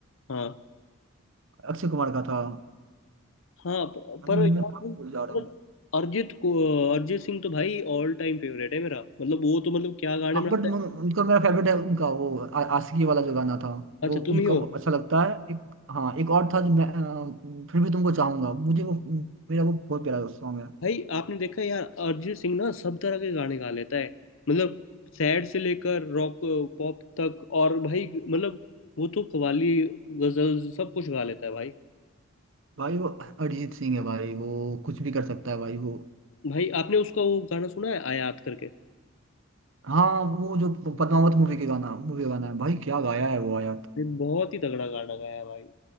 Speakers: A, on the left (about 65°); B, on the right (about 60°).
A: हाँ
B: अक्षय कुमार का था
A: हाँ प- पर
B: मैं
A: यार
B: मैं नाम
A: भाई मतलब
B: भूल जा रहा हूँ
A: अरिजीत को अरिजीत सिंह तो भाई ऑल टाइम फेवरेट है मेरा मतलब वो तो मतलब क्या गाने
B: हाँ
A: बनाता
B: बट उनका मेरा फेवरेट है उनका वो आ, आशिकी वाला जो गाना था
A: है
B: वो
A: अच्छा तुम
B: उनका
A: ही हो
B: वो अच्छा लगता है एक हाँ एक और था जो मैं अ, फिर भी तुमको चाहूंगा मुझे वो मेरा वो बहुत प्यारा सॉन्ग है
A: भाई आपने देखा है यार अरिजीत सिंह ना सब तरह के गाने गा लेता है मतलब सैड से लेकर रॉक पॉप तक और भाई मतलब वो तो कव्वाली गजल सब कुछ गा लेता है भाई
B: भाई वो अरिजीत सिंह है भाई वो कुछ भी कर सकता है भाई वो
A: भाई आपने उसका वो गाना सुना है आयात करके
B: हाँ वो जो पद्मावत मूवी के गाना मूवी गाना है भाई क्या गाया है वो आया
A: भाई बहुत ही तगड़ा गाना गाया है भाई